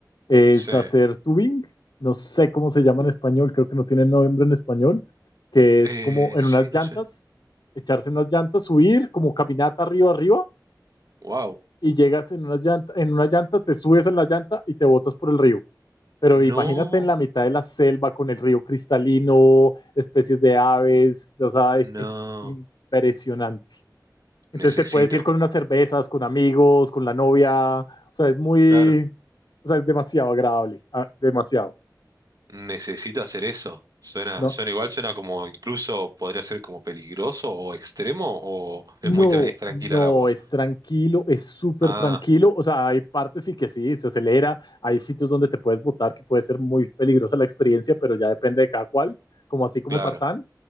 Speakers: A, on the left; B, on the right.
A: es
B: Sí.
A: hacer tubing. No sé cómo se llama en español, creo que no tiene nombre en español, que es
B: Eh,
A: como en
B: sí,
A: unas
B: no
A: llantas,
B: sé.
A: echarse en unas llantas, subir como caminata arriba arriba
B: Wow.
A: y llegas en unas llanta, en una llanta, te subes en la llanta y te botas por el río. Pero
B: No,
A: imagínate en la mitad de la selva con el río cristalino, especies de aves, o sea, es,
B: no.
A: es impresionante. Entonces
B: Necesito.
A: te puedes ir con unas cervezas, con amigos, con la novia, o sea, es muy,
B: Claro.
A: o sea, es demasiado agradable, ah, demasiado.
B: Necesito hacer eso. Suena,
A: No,
B: suena igual, suena como incluso podría ser como peligroso o extremo o es
A: No,
B: muy tra- es tranquila
A: no,
B: el agua.
A: es tranquilo, es súper
B: Ah,
A: tranquilo. O sea, hay partes sí que sí, se acelera, hay sitios donde te puedes botar que puede ser muy peligrosa la experiencia, pero ya depende de cada cual, como así como
B: claro.
A: Tarzán,